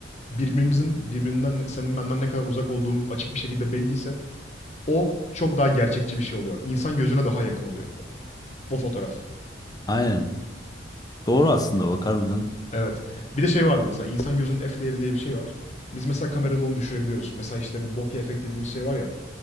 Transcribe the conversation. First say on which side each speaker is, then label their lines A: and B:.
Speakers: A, on the left; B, on the left.
A: birbirimizin birbirinden senin benden ne kadar uzak olduğum açık bir şekilde belliyse o çok daha gerçekçi bir şey oluyor. İnsan gözüne daha yakın oluyor. O fotoğraf.
B: Aynen. Doğru aslında bak harbiden.
A: Evet. Bir de şey vardı mesela insan gözünün f değeri diye bir şey var. Biz mesela kamerada onu düşürebiliyoruz. Mesela işte bu bokeh efekt dediğimiz şey var ya.